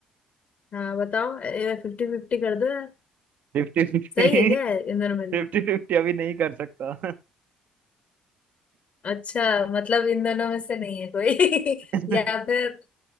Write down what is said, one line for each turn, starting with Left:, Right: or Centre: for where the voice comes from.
Left: हाँ बताओ फिफ्टी फिफ्टी कर दो यार
Right: Fifty fifty
Left: सही है क्या है इन दोनों में
Right: फिफ्टी फिफ्टी अभी नहीं कर सकता
Left: अच्छा मतलब इन दोनों में से नहीं है कोई <laughs>
Right: <laughs>
Left: या फिर